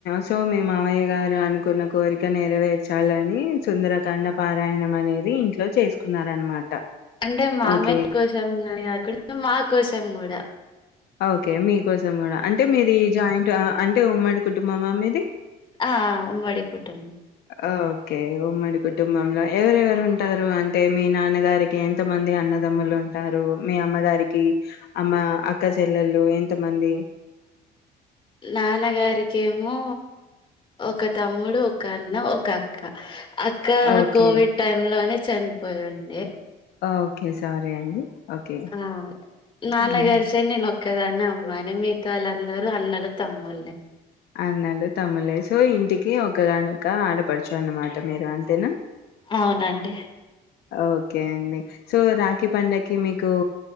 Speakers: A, on the left; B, on the left.
A: సో మీ మావయ్య గారు అనుకున్న కోరిక నెరవేర్చు చాలా అని సుందరకాండ పారాయణ అనేది ఇంట్లో చేసుకున్నారనమాట
B: అంటే మామయ్య
A: ఓకే.
B: కోసం అని కాకుండా మా కోసం కూడా
A: ఓకే మీకోసం కూడా అంటే మీది జాయింట్ అంటే ఉమ్మడి కుటుంబమా మీది
B: ఆ ఉమ్మడి కుటుంబ
A: ఓకే. ఉమ్మడి కుటుంబంలో ఎవరెవరు ఉంటారు అంటే మీ నాన్నగారికి ఎంతమంది అన్నదమ్ములు ఉంటారు మీ అమ్మగారికి అమ్మ అక్క చెల్లెల్లు ఎంతమంది
B: నాన్నగారీకేమో ఒక తమ్ముడు ఒక అన్న ఒక అక్క అక్క
A: ఓకే.
B: కోవిడ్ టైం లోనే చనిపోయిండే
A: ఓకే సార్ సరే అండి ఓకే.
B: ఆ నాన్నగారి
A: హ్మ్.
B: సైడ్ నేను ఒక్కదాన్నే అమ్మాయినే మీ మిగతా వాళ్ళందరూ అన్నలు తమ్ముళ్లే
A: అన్నలు తమ్ములే సో ఇంటికి ఒకగాని ఒక ఆడపడుచు అన్నమాట ట్ట మీరు అంతేనా
B: అవునండి
A: ఓకే అండి సో రాఖీ పండగకి మీకు